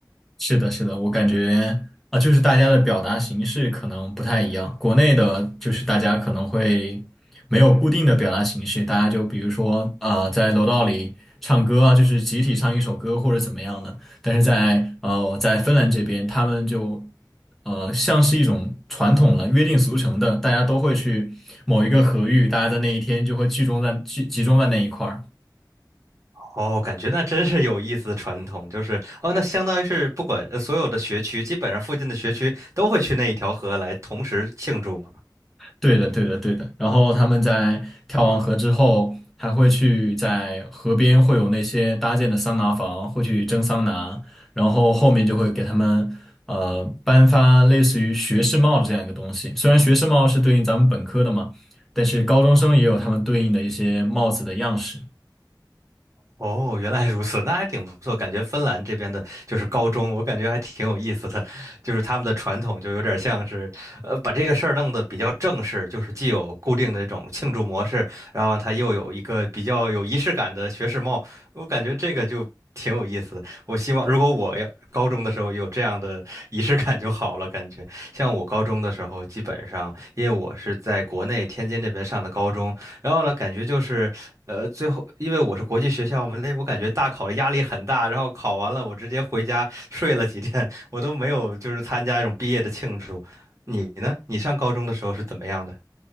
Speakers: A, in the centre; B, on the right (about 40°).
A: 是的，是的，我感觉啊，就是大家的表达形式可能不太一样。国内的，就是大家可能会没有固定的表达形式，大家就比如说，啊，在楼道里唱歌啊，就是集体唱一首歌或者怎么样的。但是在呃，在芬兰这边，他们就呃，像是一种传统了，约定俗成的，大家都会去某一个合域，大家在那一天就会集中在集集中在那一块儿。
B: 哦，感觉那真是有意思的传统，就是哦，那相当于是不管呃所有的学区，基本上附近的学区都会去那一条河来同时庆祝嘛。
A: 对的，对的，对的。然后他们在跳完河之后，还会去在河边会有那些搭建的桑拿房，会去蒸桑拿，然后后面就会给他们呃颁发类似于学士帽的这样一个东西。虽然学士帽是对应咱们本科的嘛，但是高中生也有他们对应的一些帽子的样式。
B: 哦，原来如此，那还挺不错。感觉芬兰这边的就是高中，我感觉还挺有意思的，就是他们的传统就有点像是，呃，把这个事儿弄得比较正式，就是既有固定的这种庆祝模式，然后它又有一个比较有仪式感的学士帽，我感觉这个就挺有意思的。我希望如果我要高中的时候有这样的仪式感就好了，感觉像我高中的时候，基本上因为我是在国内天津这边上的高中，然后呢，感觉就是，呃，最后因为我是国际学校嘛，那我感觉大考的压力很大，然后考完了我直接回家睡了几天，<laughs> 我都没有就是参加一种毕业的庆祝。你呢？你上高中的时候是怎么样的？